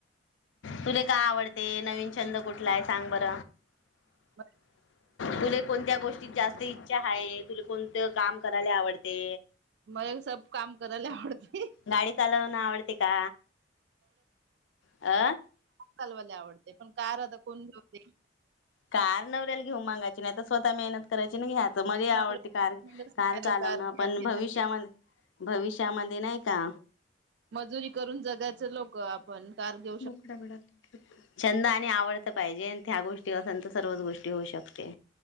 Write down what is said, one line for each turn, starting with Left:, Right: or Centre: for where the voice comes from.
Left: तुला काय आवडते नवीन छंद कुठला आहे? सांग बर
Right: ब
Left: तुला कोणत्या गोष्टीत जास्त इच्छा आहे. तुला कोणतं काम करायला आवडते?
Right: मये सब काम करायला आवडते,
Left: गाडीत आल्यावरन आवडते का? अ,
Right: कलवायला आवडतेय पण कार आता कोण बेते,
Left: कार नवऱ्याल घेऊ मागायची नाही तर स्वतः मेहनत करायची ना घ्या तर मध्ये आवडते
Right: नवऱ्याच
Left: कार,
Right: नाही
Left: कार चालवणं
Right: तर घेतात
Left: पण भविष्यामध्ये
Right: ते.
Left: भविष्यामध्ये नाही का,
Right: मजुरी करून जगायच लोक आपण कार घे
Left: मोखडा घडात <unintelligible> छंद आणि आवडत पाहिजे त्या गोष्टी असेल तर सर्वच गोष्टी होऊ शकते,